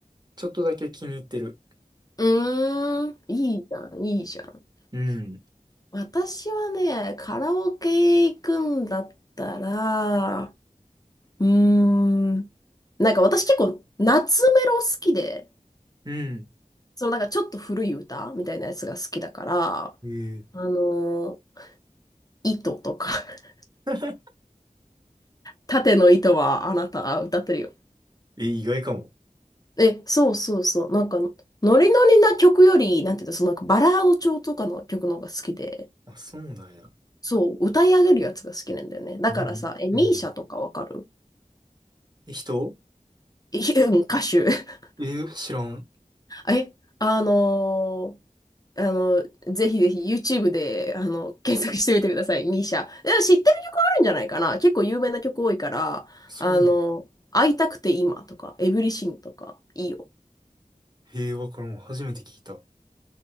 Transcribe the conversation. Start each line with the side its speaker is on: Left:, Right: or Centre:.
Right: ちょっとだけ気に入ってる。
Left: うーん、いいじゃん、いいじゃん。
Right: うん。
Left: 私はね、カラオケ行くんだったら、うーん、なんか私結構夏メロ好きで、
Right: うん。
Left: そのなんかちょっと古い歌みたいなやつが好きだから、
Right: え
Left: あのー糸とか <laughs>
Right: え、<laughs>
Left: 縦の糸はあなた歌ってるよ。
Right: え意外かも。
Left: え、そうそうそう。なんか、ノリノリな曲より、なんていうの、そのなんかバラード調とかの曲の方が好きで。
Right: あ、そうなんや。
Left: そう、歌い上げるやつが好きなんだよね。だからさ、
Right: あ、でも、
Left: え、ミーシャとかわかる
Right: うん。え、人
Left: <laughs> いやうん、歌手。<laughs>
Right: え知らん。
Left: え、あのーあの、ぜひぜひ YouTube で、あの、検索してみてください、ミーシャ。でも知ってる曲あるんじゃないかな結構有名な曲多いから、
Right: そう。
Left: あの、会いたくて今とか、エブリシングとか、いいよ。
Right: へえ、わからん。初めて聞いた。